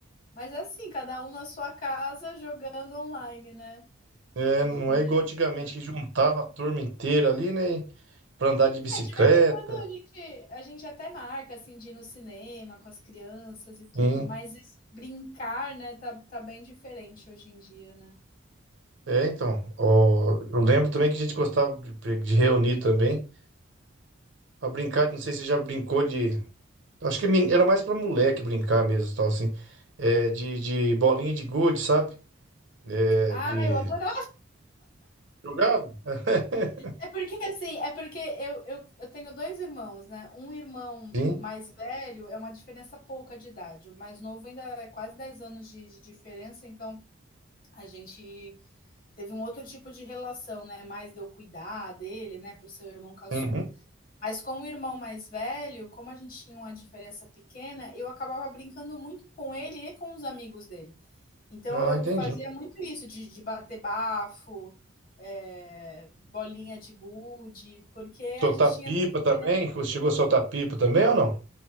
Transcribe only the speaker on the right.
É,
não
é
igual antigamente
que juntava a turma inteira ali, né? Pra andar de bicicleta.
Sim.
É, então. ó, eu lembro também que a gente gostava de, de reunir também. Pra brincar, de- não sei se você já brincou de. Acho que é men- era mais pra moleque brincar mesmo, tal, assim. É, de, de bolinha de gude, sabe? É,
de.
Jogava? <laughs>
Sim.
Uhum.
Ah,
entendi.
Soltar
pipa
também? Você chegou a soltar pipa também ou não?